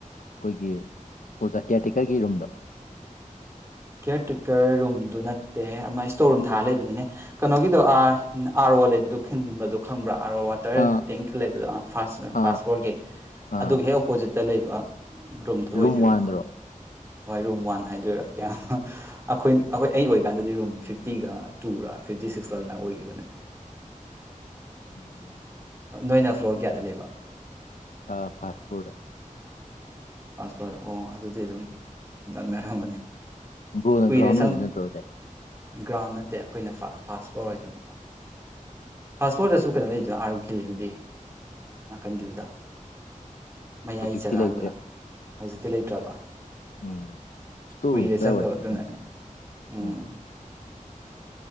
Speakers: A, on the left (about 70°); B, on the right (about 20°).
A: ꯑꯈꯣꯏꯒꯤ ꯑꯣꯖꯥ ꯀꯤꯌ꯭ꯔ ꯇꯦꯛꯀꯔꯒꯤ ꯔꯨꯝꯗꫭ
B: ꯀꯤꯌ꯭ꯔ ꯇꯦꯀꯔ ꯔꯨꯝꯗꯨ ꯅꯠꯇꯦ ꯑꯃ ꯏꯁꯇꯣꯔ ꯔꯨꯝ ꯊꯥꯔ ꯂꯩꯕꯅꯤꯅꯦ ꯀꯩꯅꯣꯒꯤꯗꯣꯥ ꯑꯥꯏ ꯎꯝ ꯑꯥ ꯔꫭ ꯔꯣ ꯂꯩꯕꯗꯨ ꯈꯪꯕꯗꯨ ꯈꯪꯕ꯭ꯔꯥ ꯑꯥꯔꫭ ꯋꯥꯇꯔ
A: ꯑꯥ
B: ꯇꯦꯡ ꯂꯩꯕꯗꯣ ꯑ ꯐꯥꯁ ꯑ
A: ꯑꯥ
B: ꯐꯥꯁ ꯐ꯭ꯂꯣꯔꯒꯤ
A: ꯑꯥ
B: ꯑꯗꯨꯒꯤ ꯍꯦꯛ ꯑꯣꯄꯣꯖꯤꯠꯇ ꯂꯩꯕ ꯔꯨꯝꯗꫭ
A: ꯔꯨꯝ
B: ꯑꯣꯏꯗꯣꯏꯕꯀꯣ
A: ꯋꯥꯟꯗꯔꯣ
B: ꯍꯣꯏ ꯔꯨꯝ ꯋꯥꯟ ꯍꯥꯏꯗꯣꯏꯔꯥ ꯀꯌꯥ ꯑꯍꯥ ꯑꯈꯣꯏ ꯑꯈꯣꯏ ꯑꯩ ꯑꯣꯏꯔꯤꯀꯥꯟꯗꯗꯤ ꯔꯨꯝ ꯐꯤꯞꯇꯤꯒ ꯇꯨ ꯔꯥ ꯐꯤꯞꯇꯤ ꯁꯤꯛꯁꯂ ꯑꯗꯨꯃꯥꯏ ꯑꯣꯏꯈꯤꯕꯅꯦ
A: ꯎꯝ
B: ꯑ ꯅꯣꯏꯅ ꯐ꯭ꯂꯣꯔ ꯀꯌꯥꯗ ꯂꯩꯕ
A: ꯑ ꯐꯥꯁ ꯐ꯭ꯂꫭꯔꯗ
B: ꯐꯥꯁ ꯐꯂꫭ꯭ꯔꯗ ꯑꯣ ꯑꯗꯨꯗꯤ ꯑꯗꯨꯝ ꯅꯛꯅꯔꯝꯃꯅꯤ
A: ꯕ꯭ꯔꯣꯅ
B: ꯀꯨꯏꯔꯦ
A: ꯒ꯭ꯔꯥꯎꯟ
B: ꯁꯪ
A: ꯑꯣꯏꯗꫭꯏ ꯅꯠꯇ꯭ꯔꫭ ꯑꯗꯨꯗꯤ
B: ꯒ꯭ꯔꯥꯎꯟ ꯅꯠꯇꯦ ꯑꯩꯈꯣꯏꯅ ꯐꯥꯁ ꯐꯥꯁ ꯐꯂꫭ꯭ꯔ ꯑꯣꯏꯗꯨꯏꯕꯀꯣ ꯐꯥꯁ ꯐꯣꯔꯗꯁꯨ ꯀꯩꯅꯣ ꯂꯩꯗꯅ ꯑꯥ ꯔꫭ ꯈꯤꯜꯂꯤꯗꯨꯗꯤ ꯅꯥꯀꯟꯒꯤꯗꯨꯗ ꯃ ꯌꯥꯏ
A: ꯍꯧꯖꯤꯛꯇꯤ
B: ꯆꯒꯒꯥꯗꯗ
A: ꯂꯩꯇ꯭ꯔꯦ
B: ꯍꯧꯖꯤꯛꯇꯤ ꯂꯩꯇ꯭ꯔꯕ
A: ꯎꯝ ꯏꯁꯇꯣꯔ
B: ꯀꯨꯏꯔꯦ
A: ꯔꯨꯝꯁꯤ
B: ꯆꯪꯗꯕꯗꯨꯅꯅꯦ
A: ꯀꯥꯏꯋꯥꯏꯗꯅꯣ ꯈꯪꯗꯦ
B: ꯎꯝ
A: ꯑꯥ